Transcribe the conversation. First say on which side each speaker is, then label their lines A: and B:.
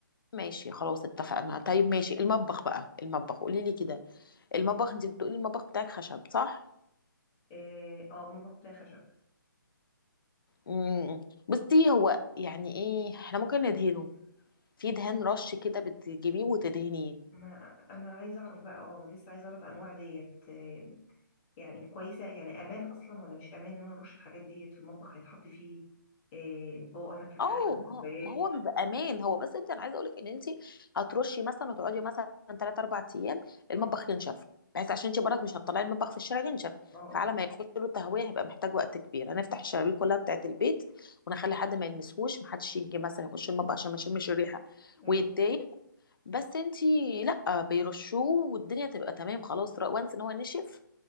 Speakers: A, on the left; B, on the left.
A: ماشي خلاص اتفقنا طيب ماشي المطبخ بقى المطبخ قولي لي كده المطبخ انت بتقولي المطبخ بتاعك خشب صح
B: اه آه، ممكن بتاعي خشب
A: امم، بُصّي، هو يعني إيه، إحنا ممكن ندهنه، في دهان رش كده بتجيبيه وتدهنيه.
B: ما انا عايزه اعرف بقى اه لسه عايزه اعرف انواع ديت آه، يعني كويسه يعني امان اصلا ولا مش امان ان انا نرش الحاجات ديت في المطبخ هيتحط فيه آه، اطباق هناكله
A: آه،
B: فيه او
A: ما
B: كوبايات
A: هو ما هو بيبقى أمان، هو بس أنتِ أنا عايزة أقول لِك إن أنتِ هترُشّي مثلًا وتقعدي مثلًا 3، 4 أيام، المطبخ
B: اه
A: ينشف، بحيث عشان أنتِ برّك مش هتطلّعي المطبخ في الشارع ينشف،
B: اه اه
A: فعلى ما يخش له تهوية هيبقى محتاج وقت كبير، هنفتح الشبابيك كلّها بتاعة البيت ونخلّي حد ما يلمسهوش، ما حدش ييجي مثلًا يخش المطبخ عشان ما يشمّش الريحة
B: ايوه
A: ويتضايق، بس أنتِ لأ، بيرشّوه والدنيا تبقى تمام خلاص، ر once إن هو نشف